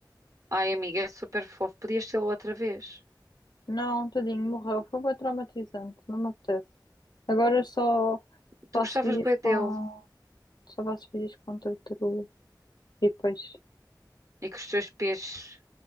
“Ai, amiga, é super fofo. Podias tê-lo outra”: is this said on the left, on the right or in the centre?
Right